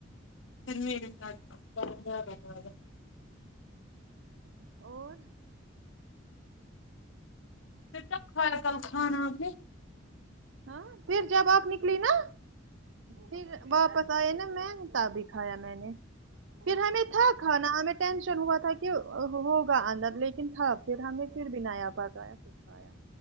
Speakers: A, on the left (about 80°); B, on the right (about 75°).
A: پھر میرے ساتھ <unintelligible> رہا
B: اور
A: پھر کب کھایا کل کھانا اپ نے
B: ہاں پھر جب آپ نکلی نا پھر واپس آئے نا مگتا بھی کھایا میں نے پھر ہمیں تھا کھانا ہمیں ٹینشن ہوا تھا کہ ہوگا اندر لیکن تھا پھر ہم نے پھر بھی نیا پاکیا کھایا